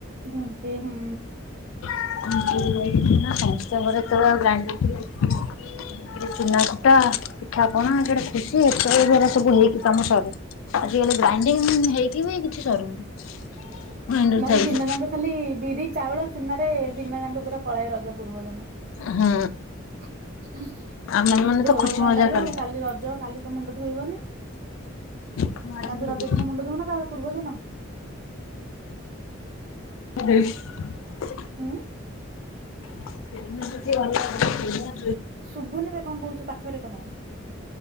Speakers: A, on the right; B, on the left.
A: ଢିଙ୍କି ହୁଁ।
B: ସମସ୍ତିଙ୍କ ଘରେ ସେତେବେଳେ ଆଉ ଗ୍ରାଇଣ୍ଡିଙ୍ଗ ଥିଲା କି ଚୁନା କୁଟା ପିଠା ପଣା ଯୋଉ ଖୁସି ସେଇ ସବୁ ହେଇକି କାମ ସରେ ଆଜି କାଲି ଗ୍ରାଇଣ୍ଡିଙ୍ଗ ହେଇକି ବି କିଛି ସରୁନି। ଗ୍ରାଇଣ୍ଡର
A: ନହେଲେ
B: ଥାଇକି।
A: ଦିନଦାଙ୍କ ଖାଲି ବିରି ଚାଉଳ ଚୁନାରେ ଦିନଯାଙ୍କ ପୁରା ପଳାଏ ରଜ ପୂର୍ବଦିନ
B: ହଁ
A: ।
B: ଆମେ ମାନେ
A: ଆଜି <unintelligible>
B: ତ ଖୁସି ମଜା
A: ଲାଗିବ
B: କଲେ।
A: ଆଉ କାଲି ରଜ କାଲି କଣ ମୁଣ୍ଡ ଧୋ ଧୋଇବନି ।
B: ମୁଁ ଆଜି
A: ନା
B: ଦେବି
A: ତୁ ରଜ ଦିନ ମୁଣ୍ଡ ଧୋଉନା ତା ବା ପୂର୍ବଦିନ ।
B: ଦେଇଛି।
A: ଉମ୍
B: <unintelligible>
A: ଶୁଭୁନି ବେ କଣ କହୁଛୁ ପାଖରେ କହ ।